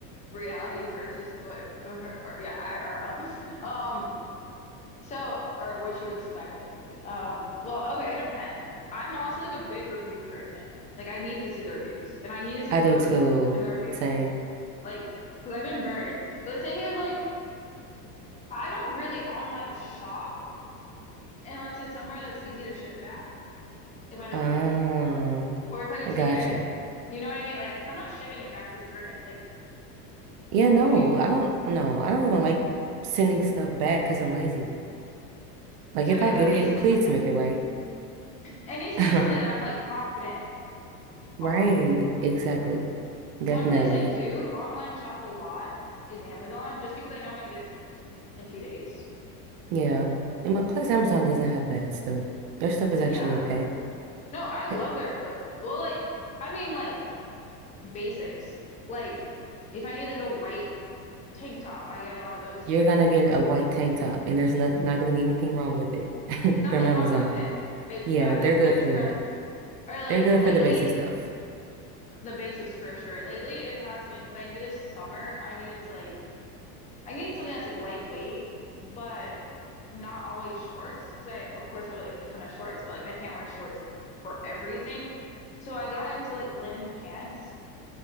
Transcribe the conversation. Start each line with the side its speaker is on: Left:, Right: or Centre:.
Left: Reality versus what, <laughs> or, yeah, IRL. Um, So, or what you expect, that's what it, um, well, okay, it depends. I'm also like a big review person. Like I need to see the reviews and I need
Right: <laughs>
Left: to see
Right: I
Left: photos
Right: do too.
Left: in the reviews.
Right: Same.
Left: Like, because 'cause I've been burned. But the thing is, like, I don't really online shop unless it's somewhere that's easy to ship back if I don't
Right: Oh,
Left: like it or if I could take
Right: gotcha.
Left: it in. You know what I mean? Like, 'cause I'm not shipping it back to return it. Like,
Right: Yeah, no,
Left: are you?
Right: I don't no, I don't even like sending stuff back because I'm lazy. Like
Left: So
Right: if
Left: yeah,
Right: I get
Left: it needs
Right: it,
Left: to be
Right: please
Left: something.
Right: make it right.
Left: It needs to
Right: <laughs>
Left: be something that I'm like confident
Right: Right,
Left: on.
Right: exactly. Definitely.
Left: One place I do online shop a lot is Amazon, just because I know I'm gonna get it in two days.
Right: Yeah. And my- plus Amazon doesn't have bad stuff. Their stuff is actually
Left: Yeah.
Right: okay.
Left: No, I love
Right: <laughs>
Left: their clothes. Well, like, I mean, like basics. Like, if I need like a white tank top, I get a lot of those
Right: You're
Left: there.
Right: gonna get
Left: Of
Right: a white
Left: like,
Right: tank top, and there's not not gonna be anything wrong with it <laughs>
Left: nothing
Right: from Amazon.
Left: wrong with it. It
Right: Yeah,
Left: fa-
Right: they're
Left: it
Right: good
Left: fits
Right: for that.
Left: correctly. Or like
Right: They're good
Left: lately,
Right: for the basic stuff.
Left: the basics for sure. Lately, it has been because I knew this summer I needed to like I needed something that's like lightweight, but not always shorts. Because I, of course, have like a ton of shorts, but like I can't wear shorts for everything. So I got into like linen pants.